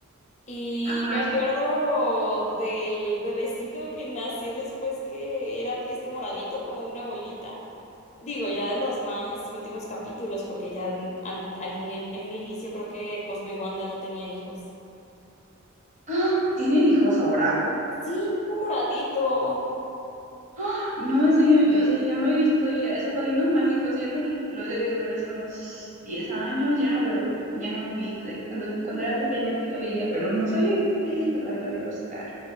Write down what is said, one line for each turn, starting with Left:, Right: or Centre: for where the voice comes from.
Left: Y
Right: Ajá,
Left: me acuerdo
Right: es que,
Left: del bebecito que nació después que era este moradito, como una bolita. Digo, ya de los más últimos capítulos, porque ya en, an- al ini- en un inicio creo que Cosmo y Wanda no tenían hijos.
Right: ah, ¿tienen hijos ahora?
Left: Sí, un moradito.
Right: Ah, no, eso yo, yo sé, ya no he visto ya esos padrinos mágicos, ya no lo he debido ver hace unos 10 años, ya no veo, ya no vi, pues, ahí, cuando, cuando era pequeña sí lo veía, pero no sabía que tenía hijos, a ver, lo voy a buscar.